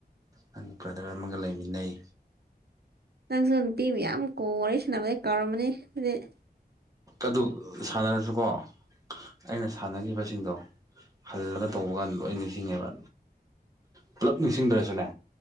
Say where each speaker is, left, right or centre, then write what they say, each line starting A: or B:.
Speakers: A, on the right (about 20°); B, on the right (about 70°).
A: ꯅꯪ ꯕ꯭ꯔꯗꯔ ꯑꯃꯒ ꯂꯩꯃꯤꯟꯅꯩ
B: ꯅꯪꯁꯨ ꯅꯨꯄꯤ ꯃꯌꯥꯝ ꯀꯣꯜ ꯋꯥꯔꯤ ꯁꯥꯟꯅꯕꯗꯩ ꯀꯥꯎꯔꯝꯃꯅꯤ <unintelligible>
A: ꯑꯗꯨ ꯁꯥꯟꯅꯔꯁꯨꯀꯣ ꯑꯩꯅ ꯁꯥꯟꯅꯒꯤꯕꯁꯤꯡꯗꯣ ꯍꯜꯂꯒ ꯇꯧꯕ ꯀꯥꯟꯗ ꯂꯣꯏ ꯅꯤꯡꯁꯤꯡꯉꯦꯕ ꯄꯨꯂꯞ ꯅꯤꯡꯁꯤꯡꯗ꯭ꯔꯁꯨꯅꯦ